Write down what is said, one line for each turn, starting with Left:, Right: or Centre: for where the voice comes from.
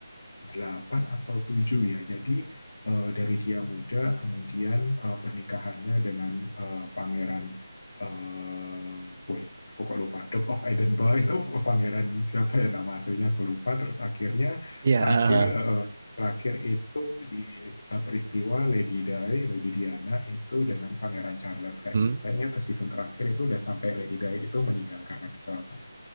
Left: 8 atau 7 ya. Jadi eh, dari dia muda kemudian eh, pernikahannya dengan eh, pangeran eh wait, aku kok lupa. Duke of Edinburgh itu <laughs> pangeran siapa ya nama aslinya aku lupa. Terus akhirnya
Right: Iya,
Left: terakhir
Right: uh,
Left: eh, eh, terakhir itu di eh, peristiwa Lady Di, Lady Diana itu dengan Pangeran Charles kayak
Right: hmm,
Left: gitu. Kayaknya ke season terakhir itu udah sampai Lady Di itu meninggal karena kecelakaan.